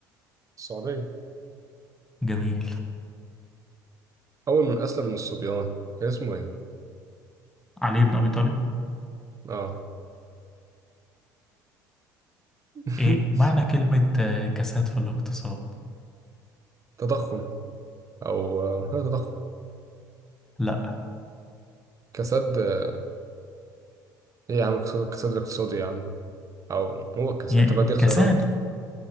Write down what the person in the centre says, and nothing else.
جميل
علي بن أبي طالب
إيه معنى كلمة آه، كساد في الاقتصاد؟
لا
يعني
كساد